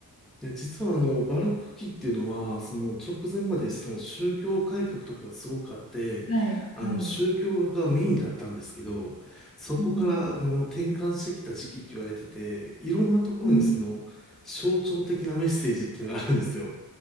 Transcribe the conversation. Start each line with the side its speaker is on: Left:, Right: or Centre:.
Centre: で、実はあの、バルク期っていうのは、その直前までその宗教改革とかがすごくあって、
Left: はい、
Centre: あの、
Left: はい。
Centre: 宗教画がメインだったんですけど、そこからあの、
Left: うん、
Centre: 転換してきた時期って言われてて、いろんなところにその、
Left: うん、
Centre: 象徴的なメッセージっていうのがあるんですよ。